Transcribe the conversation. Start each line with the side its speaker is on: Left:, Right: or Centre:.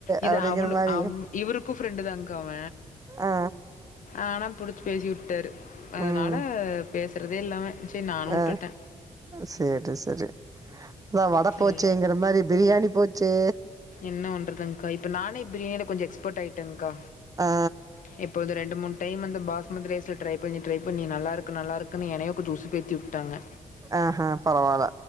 Left: இது
Right: அப்டிங்கிற
Left: அவுளு
Right: மாரி
Left: அவ் இவுருக்கு ஃப்ரெண்டு தாங்க்கா அவ
Right: ஆ
Left: ஆனா புடுச்சு பேசி உட்டாரு அதனால
Right: ம்
Left: பேசுறதே இல்ல அவ சேர் நானு உட்டுட்ட
Right: ஆ சேரி சரி அதா வட
Left: சரி.
Right: போச்சேங்குற மரி பிரியாணி போச்சே
Left: என்ன வண்ணுறதுங்க்கா இப்ப நானே பிரியாணி கொஞ்ச எக்ஸ்போட் ஆயிட்டங்கா
Right: ஆ
Left: எப் போ இது ரெண்டு மூண் டைம் வந்து பாஸ்மத் ரைஸ்ல ட்ரை பண்ணி ட்ரை பண்ணி நல்லிருக்கு நல்லாருக் கண்ணு என்னையே கொஞ்ச உசுப்பேத்தி விட்டாங்க
Right: ஆஹா பரவால்ல